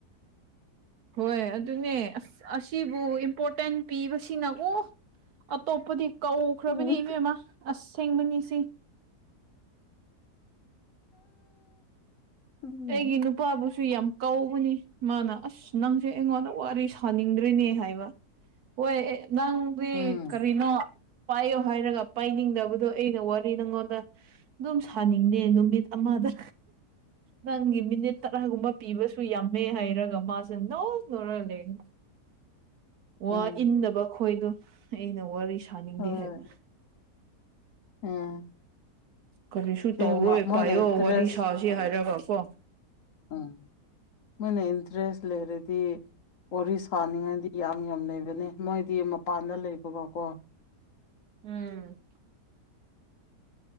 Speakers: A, on the right; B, on the left.
A: ꯍꯣꯏ ꯑꯗꯨꯅꯦ ꯑꯁ ꯑꯁꯤꯕꯨ ꯏꯝꯄꯣꯔꯇꯦꯟ ꯄꯤꯕꯁꯤꯅꯀꯣ ꯑꯇꯣꯞꯄꯗꯤ ꯀꯧꯈ꯭ꯔꯕꯅꯤ
B: ꯎꯝ
A: ꯏꯕꯦꯝꯃ ꯑꯁꯁꯦꯡꯕꯅꯤ ꯁꯤ
B: ꯎꯝ
A: ꯑꯩꯒꯤ ꯅꯨꯄꯥꯕꯨꯁꯨ ꯁꯨ ꯌꯥꯝ ꯀꯧꯕꯅꯤ ꯃꯥꯅ ꯑꯁ ꯅꯪꯁꯦ ꯑꯩꯉꯣꯟꯗ ꯋꯥꯔꯤ ꯁꯥꯅꯤꯡꯗꯦ ꯅꯦ ꯍꯥꯏꯕ ꯍꯣꯏ ꯑꯦ ꯅꯪꯗꯤ
B: ꯎꯝ
A: ꯀꯔꯤꯅꯣ ꯄꯥꯏꯌꯣ ꯍꯥꯏꯔꯒ ꯄꯥꯏꯅꯤꯡꯗꯕꯗꯣ ꯑꯩꯅ ꯋꯥꯔꯤ ꯅꯪꯉꯣꯟꯗ ꯑꯗꯨꯝ ꯁꯥꯅꯤꯡꯗꯦ ꯅꯨꯃꯤꯠ ꯑꯃꯗ ꯅꯪꯒꯤ ꯃꯤꯅꯤꯠ ꯇꯔꯥꯒꯨꯝꯕ ꯄꯤꯕꯁꯨ ꯌꯥꯝꯃꯦ ꯍꯥꯏꯔꯒ ꯃꯥꯁꯦ ꯅꯣ ꯅꯣꯛꯔꯂꯒ ꯂꯩꯕꯅꯤ ꯋꯥ
B: ꯎꯝ
A: ꯏꯟꯗꯕ ꯈꯣꯏꯗꯣ ꯑꯩꯅ ꯋꯥꯔꯤ ꯁꯥꯅꯤꯡꯗꯦ
B: ꯍꯣꯏ
A: ꯍꯥꯏꯕ
B: ꯎꯝ
A: ꯀꯔꯤꯁꯨ
B: ꯁꯦꯡꯕ
A: ꯇꯧꯔꯣꯏ
B: ꯃꯣꯏꯅ
A: ꯄꯥꯏꯌꯣ
B: ꯏꯟꯇꯔꯦꯁ
A: ꯋꯥꯔꯤ ꯁꯥꯁꯤ ꯍꯥꯏꯔꯒ ꯀꯣ
B: ꯎꯝ ꯃꯣꯏꯅ ꯏꯟꯇꯔꯦꯁ ꯂꯩꯔꯗꯤ ꯋꯥꯔꯤ ꯁꯥꯅꯤꯡꯉꯥꯗꯤ ꯌꯥꯝ ꯌꯥꯝ ꯂꯩꯕꯅꯦ ꯃꯣꯏꯗꯤ ꯃꯄꯥꯟꯗ ꯂꯩꯕꯒ ꯀꯣ
A: ꯎꯝ